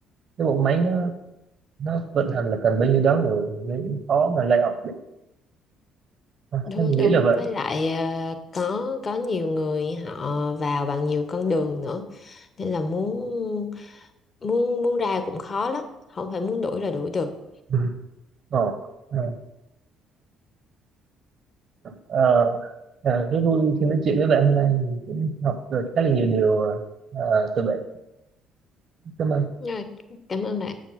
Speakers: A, on the right (about 50°); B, on the left (about 40°).
A: cái bộ máy nó nó vận hành là cần bao nhiêu đó người nên khó mà lay off được à,
B: đúng
A: thế mình nghĩ
B: đúng
A: là vậy
B: với lại ờ, có có nhiều người họ vào bằng nhiều con đường nữa nên là muốn muốn muốn ra cũng khó lắm không phải muốn đuổi là đuổi được
A: ừ. Ồ. Ừ. Ờ, À, rất vui khi nói chuyện với bạn hôm nay mình cũng học được khá là nhiều điều à, từ bạn. Cảm ơn.
B: rồi cảm ơn bạn